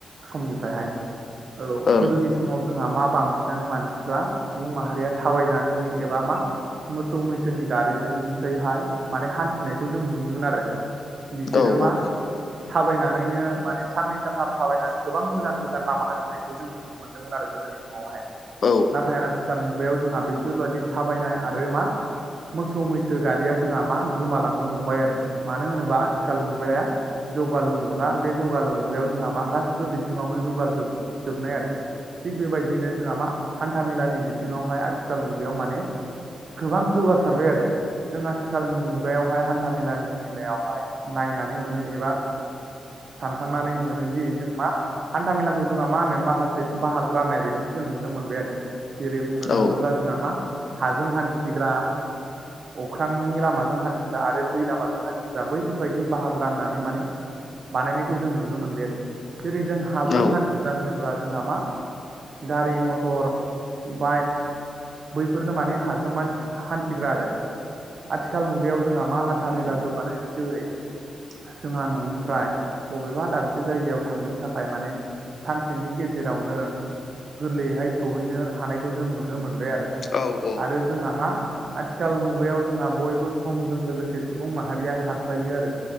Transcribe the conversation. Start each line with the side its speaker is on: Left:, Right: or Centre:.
Right: समनिफ्रायहाय औ
Left: ओं
Right: गोदोनि समाव जोंहा मा बांसिनानो मानसि फ्रा सुबुं माहारिया थाबायनानै एबा मा मोसौ मैसोनि गारिजोंसैहाय माने हान्थिनायखौ जों नुयोमोन आरो बिसोरो
Left: औ
Right: मा
Left: औ
Right: थाबायनानैनो माने साननै सानथाम थाबायनानै गोबां गोजान गोजान लामा हान्थिनायखौ जों नुनो मोनदोंमोन आरो गोदोनि समावहाय
Left: औ
Right: नाथाय आथिखाल मुगायाव जोंहा बेफोरबायादि थाबायनाय आरो मा मोसौ मैसो गारिया जोंहा मा गोमालांनो हमबाय आरो मानो होनोबा आथिखाल मुगाया। जौगालु मुगा बे जौगालु मुगायाव जोंहा मा गासिबो बिथिङावनो जौगाजोब जोबनाय आरो थिग बेबायदिनो जोंहा मा हान्था मेलानि बिथिङावहाय आथिखाल मुगायाव माने गोबां जौगासारबाय आरो जों आथिखालनि मु खुगायावहाय हान्था मेलानि बेलायावहाय नायनानै मोनो एबा सानखांनानै मोनोदि जों मा हान्था मेलाखौ जोंहा मा होनो माखासे बाहागो राननाय बायदिसो जों नुनो मोनबाय आरो जेरै बुंनो
Left: औ
Right: थाङोब्ला जोंहा मा हाजों हान्थिग्रा अख्रांनि लामाजों हान्थिग्रा आरो दै लामाजों हान्थिग्रा बैफोरबायदि बाहागो राननानै माने बानायनायखौ जों नुनो मोनबाय आरो जेरै जों हाजों
Left: औ
Right: हान्थिग्रा होनोब्ला जोंहा मा गारि मटर बाइक बैफोरनो माने हाजोंसि हान्थिग्रा आरो आथिखाल मुगायाव जोंहा मा हान्था मेला जौगानायनि दोहै जोंहा न'निफ्राय बबेबा दाबसे जायगायाव थांनो थाखाय माने सानसेनि गेजेरावनो गोरलैयैहाय सौहैनो हानाय खौ जों नुनो मोनबाय आरो
Left: औ ओं
Right: आरो जोंहा मा आथिखाल मुगायाव जोंहा बयबो सुबुं माहारिया खारफायो आरो